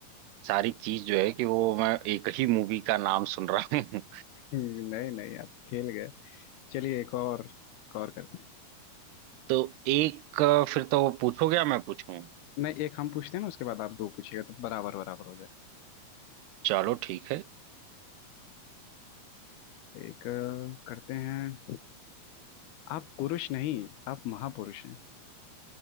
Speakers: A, on the right; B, on the left.
A: सारी चीज जो है कि वो मैं एक ही मूवी का नाम सुन रहा हूँ
B: हम्म, नहीं नहीं आप खेल गए चलिए एक और एक और करते हैं
A: <laughs> तो एक अ, फिर तो वो पूछोगे या मैं पूछूं
B: नहीं एक हम पूछते हैं ना उसके बाद आप दो पूछिएगा तो बराबर बराबर हो जाएगा
A: चलो ठीक है
B: एक अ, करते हैं आप पुरुष नहीं आप महापुरुष हैं